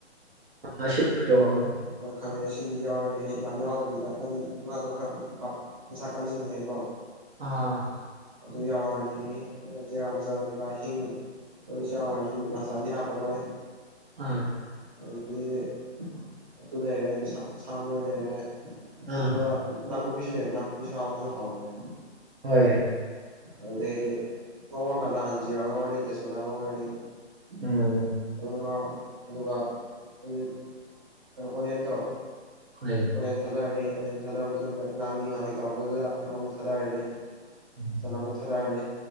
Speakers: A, on the right; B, on the right.
A: ꯑꯁꯤꯠꯄꯗ‌ꯣ
B: ꯍ‌ꯣꯏ ꯈꯥꯃꯦꯟ ꯑꯁꯤꯟꯕꯤ ꯌꯥꯎꯔꯅꯤ ꯌꯥꯝ ꯌꯥꯎꯗꯕꯤꯗ ꯍꯥꯏꯗꯤ ꯉꯥꯗꯣ ꯈꯔ ꯃꯁꯥ ꯀꯟꯁꯤꯟꯅꯤꯡꯉꯥꯏꯀꯣ
A: ꯑꯥ
B: ꯑꯗꯨꯨ ꯌꯥꯎꯔꯅꯤ ꯖꯤꯔꯥ ꯃꯆꯥꯁ‌ꯦ ꯉꯥꯍꯤꯡ ꯇꯣꯏ ꯆꯥꯎꯔꯅꯤ ꯅꯤꯃꯥꯁꯥꯗꯤ ꯍꯥꯞꯄꯔꯣꯏ
A: ꯑꯥ
B: ꯑꯗꯨꯗꯒꯤ ꯑꯗꯨ ꯂꯩꯔꯦ ꯑꯗꯨ ꯁꯥꯃꯔꯣꯏ ꯂꯩꯔꯦ
A: ꯑꯥ
B: ꯑꯗꯨꯒ ꯅꯥꯀꯨ ꯀꯣꯄꯤꯁꯨ ꯂꯩꯔꯦꯅꯥ ꯀꯣꯄꯤꯁꯨ ꯍꯥꯄꯖꯨ ꯍꯥꯎꯕꯅꯦ
A: ꯍꯣꯏ
B: ꯑꯗꯩꯗꯤ ꯉꯧꯔ ꯀꯥꯟꯗꯥ ꯍꯥꯟꯅ ꯖꯤꯔ ꯉꯧꯔꯅꯤ ꯇꯦꯁꯄꯇꯥ ꯉꯧꯔꯅꯤ
A: ꯎꯝ
B: ꯉꯧꯅ ꯑꯗꯨꯒ ꯎꯝ ꯀꯩꯅꯣ ꯑꯣꯅꯤꯌꯟꯗꯣ
A: ꯍꯣꯏ
B: ꯑꯣꯅꯤꯌꯟ ꯊꯥꯗꯔꯅꯤ ꯑꯣꯅꯤꯌꯟ ꯊꯥꯗꯔ ꯃꯇꯨꯡꯗ ꯉꯥꯡꯂꯤ ꯉꯥꯡꯂꯤ ꯇꯧꯔꯛꯄꯗꯨꯗ ꯀꯩꯅꯣꯃꯨꯛ ꯊꯥꯗꯔꯅꯤ
A: ꯎꯝ
B: ꯆꯅꯝꯃꯨꯛ ꯊꯥꯗꯔꯅꯤ